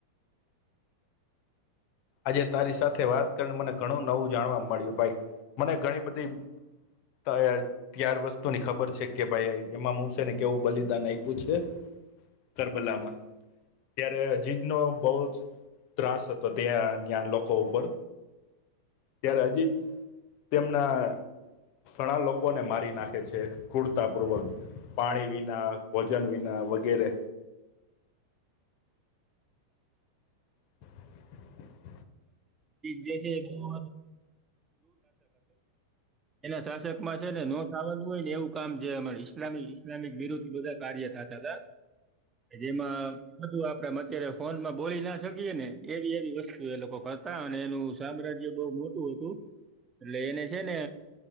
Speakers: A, on the left; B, on the right.
A: આજે તારી સાથે વાત કરીને મને ઘણું નવું જાણવા મળ્યું ભાઈ, મને ઘણી બધી ત <unintelligible> ત્યાર વસ્તુ ની ખબર છે કે ભાઈ એમાંમ હશે ને કેવું બલિદાન આપ્યું છે. કરબલામાં, ત્યારે હજીજ નો બહુ જ ત્રાસ હતો. ત્યાં જ્ઞાન લોકો ઉપર ત્યારે હજી તેમના ઘણા લોકોને મારી નાખે છે કૂરતાપૂર્વક. પાણી વિના ભોજન વિના વગેરે. <inaudible>
B: જે છેત બ એના <unintelligible> માં છે ને નો થાવાનું હોય ને એવું કામ છે ઈસ્લામિક ઈસ્લામિક વિરુદ્ધ બધા કાર્ય થતા હતા. જેમાં બધું આપડે અત્યારે ફોનમાં બોલી ના શકીએે ને, એવી એવી વસ્તુ એ લોકો કર હતા અને એનું સામ્રાજ્ય બહ મોટું હતું, એટલે એને છે ને